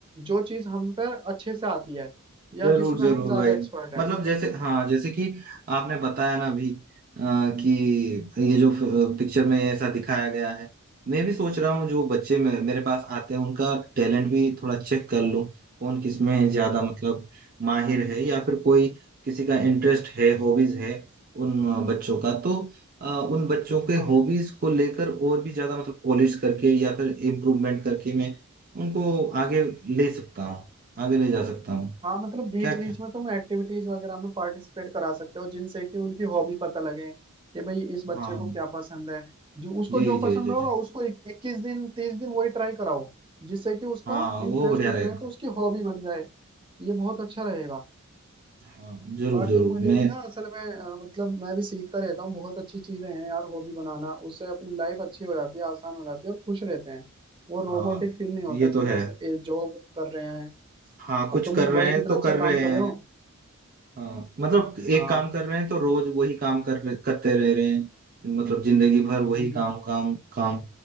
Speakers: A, on the right; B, on the right.
A: जो चीज हम पर अच्छे से आती है या
B: जरूर
A: जिसमें
B: जरूर
A: हम ज्यादा
B: भाई
A: एक्सपर्ट हैं
B: मतलब जैसे हाँ जैसे कि आपने बताया ना अभी अ, कि ये जो पिक्चर में ऐसा दिखाया गया है मैं भी सोच रहा हूँ जो बच्चे मे- मेरे पास आते हैं उनका टैलेंट भी थोड़ा चेक कर लूँ कौन किस में ज्यादा मतलब माहिर है या फिर कोई किसी का इंटरेस्ट है हॉबीज है उन अ, बच्चों का तो अ, उन बच्चों के
A: हाँ
B: हॉबीज को लेकर और भी ज्यादा मतलब पॉलिश करके या फिर इम्प्रूवमेंट करके मैं उनको आगे ले सकता हूँ आगे ले जा सकता हूँ
A: हाँ मतलब बीच
B: क्या
A: बीच
B: क्या
A: में तुम एक्टिविटीज वगैरह में पार्टिसिपेट करा सकते हो जिनसे कि उनकी हॉबी पता लगे कि भाई इस बच्चे
B: हाँ
A: को क्या पसंद है जो उसको
B: जी
A: जो
B: जी
A: पसंद
B: जी
A: होगा
B: जी
A: उसको इक, इक्कीस दिन तीस दिन वही ट्राई कराओ जिससे कि उसका
B: हाँ
A: इंटरेस्ट
B: वो बढ़िया
A: उसमें
B: रहेगा
A: है तो उसकी हॉबी बन जाए ये बहुत अच्छा रहेगा
B: हाँ जरूर
A: बाकी
B: जरूर
A: मुझे
B: मैं
A: भी ना असल में अ, मतलब मैं भी सीखता रहता हूँ बहुत अच्छी चीजें हैं यार हॉबी बनाना उससे अपनी लाइफ अच्छी हो जाती है आसान हो जाती है और खुश रहते हैं वो रोबोटिक
B: हाँ
A: फील नहीं होता
B: ये तो
A: कि
B: है
A: बस ये जॉब कर रहे हैं
B: हाँ कुछ
A: अब तुम
B: कर रहे
A: भाई
B: हैं
A: कितना
B: तो
A: अच्छा
B: कर रहे
A: काम कर
B: हैं
A: रहे हो
B: हाँ मतलब एक
A: हाँ
B: काम कर रहे हैं तो रोज वही काम कर रहे- करते रह रहे हैं मतलब जिंदगी भर वही
A: हम्म।
B: काम काम काम